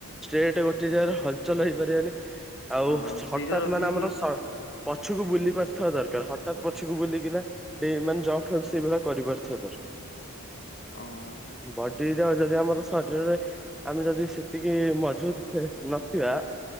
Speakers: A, in the centre; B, on the left.
A: ଷ୍ଟେଟ ଗୋଟେ ଜାଗାରେ ହଲଚଲ ହେଇପାରିବାନି। ଆଉ
B: ହଁ ସ୍ଥିର
A: ହଠାତ
B: ରଖିବି
A: ମାନେ ଆମର
B: କି
A: ପଛକୁ ବୁଲି ପାରୁିଥିବା ଦରକାର ହଠାତ୍ ପଛକୁ ବୁଲିକିନା ମାନେ ସେଇଭଳିଆ କରିବାର ଦରକାର।
B: ଓହୋ।
A: ବଡି ଯଦି ଆମର ଶରୀରରେ ଆମେ ଯଦି ସେତିକି ମଜବୁତ ନଥିବା